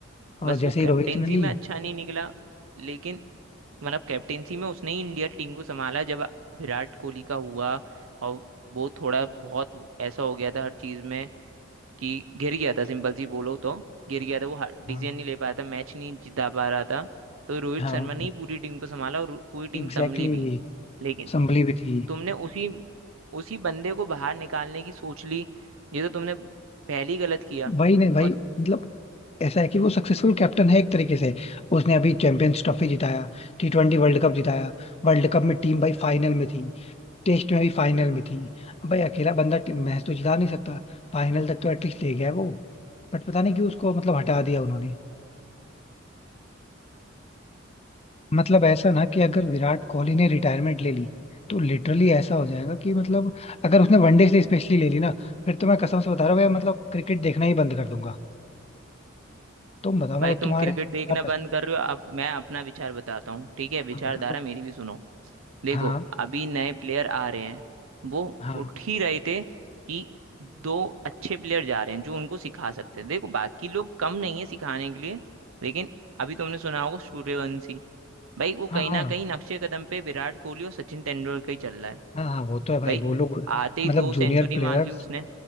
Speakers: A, on the left (about 30°); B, on the right (about 85°).
A: और
B: बस
A: जैसे
B: वो कैप्टेंसी
A: ही रोहित ने ली
B: में अच्छा नहीं निकला लेकिन मतलब कैप्टेंसी में उसने ही इंडिया टीम को संभाला जब विराट कोहली का हुआ और वो थोड़ा बहुत ऐसा हो गया था हर चीज में कि गिर गया था सिंपल सी बोलो तो गिर गया था वो डिसीजन
A: हाँ
B: नहीं ले पा रहा था मैच नहीं जिता पा रहा था तो रोहित
A: हाँ
B: शर्मा ने ही पूरी टीम को संभाला और पूरी टीम
A: एग्जैक्टली
B: संभली भी लेकिन
A: संभली भी थी
B: तुमने उसी उसी बंदे को बाहर निकालने की सोच ली ये तो तुमने पहले ही गलत किया
A: वही नहीं भाई
B: और
A: मतलब ऐसा है कि वो सक्सेसफुल कैप्टन है एक तरीके से उसने अभी चैंपियंस ट्रॉफी जिताया टी ट्वेंटी वर्ल्ड कप जिताया वर्ल्ड कप में टीम भाई फाइनल में थी टेस्ट में भी फाइनल में थी अब भाई अकेला बंदा टी- मैच तो जिता नहीं सकता फाइनल तक तो एटलीस्ट ले गया है वो बट पता नहीं क्यों उसको मतलब हटा दिया उन्होंने मतलब ऐसा ना कि अगर विराट कोहली ने रिटायरमेंट ले ली तो लिटरली ऐसा हो जाएगा कि मतलब अगर उसने वनडे से स्पेशली ले ली ना फिर तो मैं कसम से बता रहा हूँ भाई, मतलब क्रिकेट देखना ही बंद कर दूंगा तुम बताओ
B: भाई
A: मतलब
B: तुम
A: तुम्हारे
B: क्रिकेट
A: क्या
B: देखना
A: पर्सपेक्टिव
B: बंद कर रहे हो अब मैं अपना विचार बताता हूँ ठीक है विचारधारा
A: बताओ
B: मेरी भी सुनो देखो
A: हाँ
B: अभी नए प्लेयर आ रहे हैं वो
A: हाँ
B: उठ ही रहे थे कि दो अच्छे प्लेयर जा रहे हैं जो उनको सिखा सकते हैं देखो बाकी लोग कम नहीं है सिखाने के लिए लेकिन अभी तुमने सुना होगा सूर्यवंशी भाई वो
A: हाँ
B: कहीं
A: हाँ
B: ना कहीं नक्शे कदम पे विराट कोहली और सचिन तेंदुलकर ही चल रहा है
A: हाँ हाँ वो तो है भाई
B: भाई
A: वो लोग
B: आते ही
A: मतलब
B: दो
A: जूनियर
B: सेंचुरी
A: प्लेयर्स
B: मान ली उसने